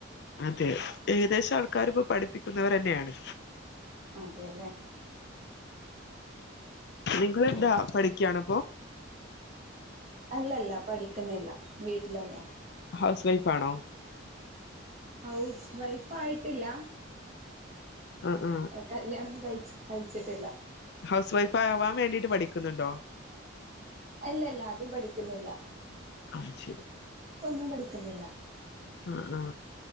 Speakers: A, on the left; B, on the right.
A: അതെ ഏകദേശം ആൾക്കാാര് ഇപ്പോ പഠിപ്പിക്കുന്നവര് തന്നെയാണ്
B: അതേല്ലേ
A: നിങ്ങളെന്താ
B: ഓ
A: പഠിക്കാണ്പ്പൊ
B: അല്ലല്ല പഠിക്കുന്നില്ല വീട്ടിൽന്നെയാ
A: ഹൗസ് വൈഫാണോ
B: ഹൗസ് വൈഫ് ആയിട്ടില്ല
A: ഉം ഉം
B: കല്യാണൊന്നും കഴിച്ച് കഴിച്ചിട്ടില്ല
A: ഹൗസ് വൈഫ് ആവാൻ വേണ്ടിട്ട് പഠിക്കുന്നുണ്ടോ
B: അല്ല അല്ല അതു പഠിക്കുന്നില്ല
A: ആഹ് ശരി
B: ഇപ്പൊന്നും പഠിക്കുന്നില്ല
A: ആ ആ